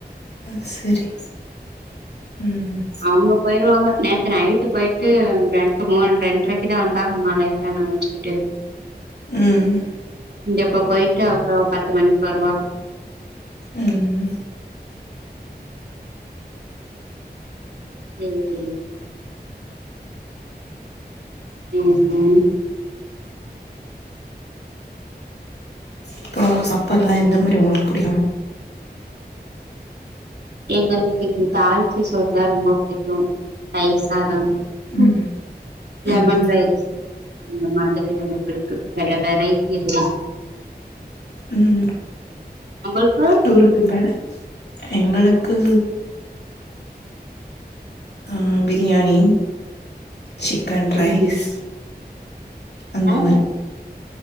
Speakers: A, on the left; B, on the right.
A: ஆ சரி ம் ம்
B: அவங்க போயிருவாங்க நேத்து நைட்டு போயிட்டு ரெண்டு மூணு ரெண்டரைக்குதா வந்தாங்க மழையோட நனஞ்சுக்கிட்டு
A: ம்
B: இங்க இப்ப போயிட்டு அப்றோ பத்து மணிக்கு வருவாக
A: உம்
B: சேரி ஏங்க
A: அப்பறோ சாப்பாட்ல்லா எந்த மாறி உங்களுக்கு புடிக்கும்
B: எங்களுக்கு தாள்ச்ச சோறுதா ரொம்ப புடிக்கும் தயிர் சாதம் ப்பு
A: ம்
B: லெமன்
A: ம்
B: ரைஸ் அந்த மாதிரி ரொம்ப பிடிக்கும் வெரைட்டி ரைஸ்
A: உம்
B: உங்களுக்கு
A: டூருக் க்குபே எங்களுக்கு ஆ பிரியாணி சிக்கன் ரைஸ்
B: ம்
A: அந்த
B: ஆ
A: மாரி